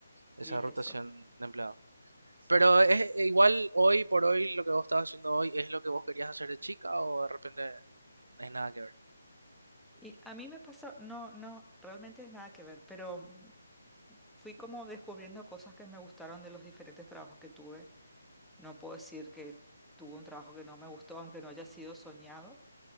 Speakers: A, on the right; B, in the centre.
A: Esa
B: Y es
A: rotación
B: eso.
A: de empleados. Pero es eh, igual hoy por hoy lo que vos estás haciendo hoy es lo que vos querías hacer de chica o de repente no es nada que ver.
B: Y a mí me pasó, no, no, realmente es nada que ver, pero mm, fui como descubriendo cosas que me gustaron de los diferentes trabajos que tuve. No puedo decir que tuve un trabajo que no me gustó, aunque no haya sido soñado